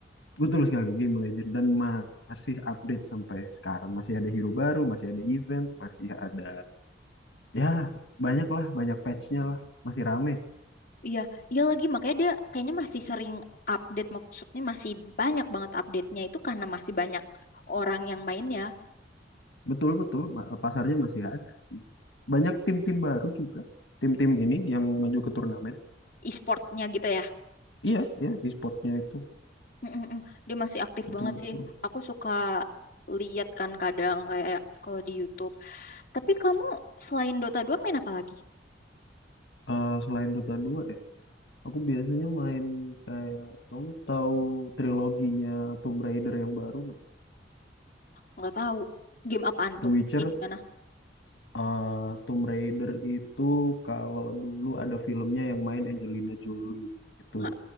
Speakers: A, on the left; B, on the left.
A: Betul sekali game legend dan ma- masih update sampai sekarang. Masih ada hero baru, masih ada event, masih ada ya banyak lah, banyak patchnya lah. Masih rame.
B: Iya, iya lagi makanya dia kayaknya masih sering update, maksudnya masih banyak banget update-nya itu karena masih banyak orang yang main ya
A: Betul betul ma- eh, pasarnya masih ada. Banyak tim-tim baru juga. Tim-tim ini yang maju ke turnamen.
B: e-sportnya gitu ya.
A: Iya, iya e-sportnya itu
B: Hmm, dia masih aktif
A: betul
B: banget
A: betul.
B: sih. Aku suka lihat kan kadang kayak kalau di YouTube. Tapi kamu selain Dota 2 main apa lagi?
A: Eh, selain Dota 2 Aku biasanya main kayak kamu tahu triloginya Tomb Raider yang baru nggak?
B: Nggak tahu. Game apaan
A: The
B: tuh?
A: Witcher,
B: Kayak gimana?
A: eh Tomb Raider itu kalau dulu ada filmnya yang main Angelina Jolie itu
B: Ha,